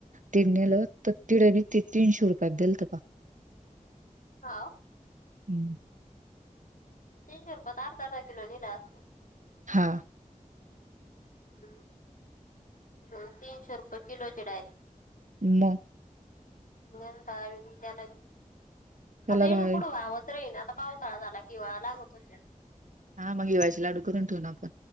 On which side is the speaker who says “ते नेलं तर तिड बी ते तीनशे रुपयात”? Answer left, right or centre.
Right